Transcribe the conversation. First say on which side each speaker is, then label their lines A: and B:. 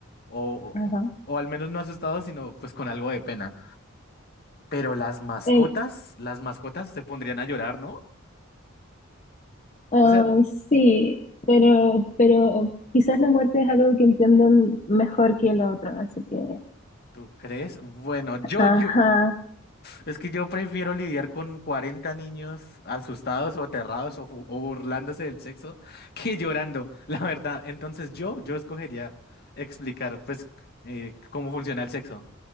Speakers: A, on the left; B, on the left.
A: O,
B: Ajá.
A: o, o al menos no asustados, sino pues con algo de pena. Pero las mascotas,
B: Em,
A: las mascotas se pondrían a llorar, ¿no?
B: ah,
A: O sea.
B: sí, pero, pero quizás la muerte es algo que entienden mejor que lo otro, así que...
A: ¿Tú crees? Bueno, yo,
B: Ajá,
A: yo, es que yo prefiero lidiar con 40 niños asustados o aterrados o, fu- o burlándose del sexo <laughs> que llorando, la verdad. Entonces yo, yo escogería explicar, pues, eh, cómo funciona el sexo